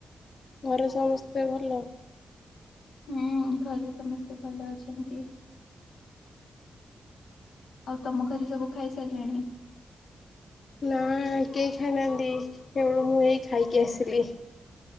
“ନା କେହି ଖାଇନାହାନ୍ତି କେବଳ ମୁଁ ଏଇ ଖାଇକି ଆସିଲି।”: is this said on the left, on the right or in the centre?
Left